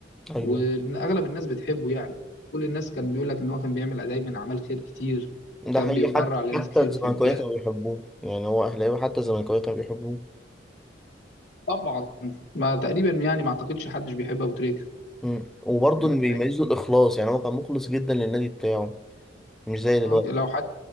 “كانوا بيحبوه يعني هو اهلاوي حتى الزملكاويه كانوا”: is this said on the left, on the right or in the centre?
Centre